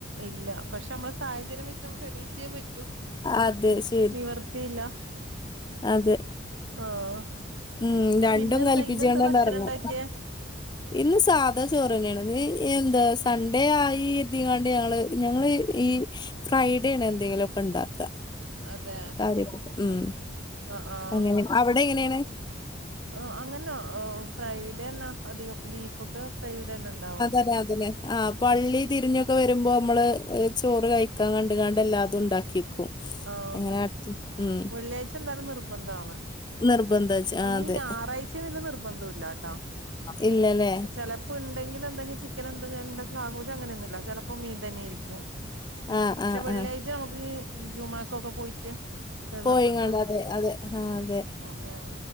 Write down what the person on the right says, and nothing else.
ഇല്ല, പക്ഷെ നമ്മളെ സാഹചര്യം വെച്ച് നമുക്ക് എണീച്ചേ പറ്റൂ.
നിവർത്തിയില്ല.
ആഹ്.
പിന്നെന്താ
ഇന്നെന്താ ഭക്ഷണം
ഉണ്ടാക്കിയേ
അതെ?
അഹ് ആഹ്.
അഹ് അങ്ങന്നെ ഈഹ് ഫ്രൈഡെന്നെ അധികം ബീഫൊക്കെ ഫ്രൈഡന്നെ ഇണ്ടാവാ.
ആഹ്
വെള്ളിയാഴ്ച എന്തായാലും നിർബന്ധാണ്.
പിന്നെ
ഈ ഞായറാഴ്ചാന്നില്ലെ നിർബന്ധുല്ലാട്ടോ.
ചെലപ്പൊ ഇണ്ടെങ്കിലെന്തെങ്കി ചി ക്കല്ന്ത്‌ എന്തെങ്കു ആഘോഷം അങ്ങനെയൊന്നുല്ല. ചെലപ്പോ മീൻ തന്നെയായിരിക്കും.
പക്ഷെ
വെള്ളിയാഴ്
ച നമ്ക്ക് ഈ ജുമാക്കൊക്കെ പോയിട്ട് ഒരു
നിർബന്ധം
ഉം ഉം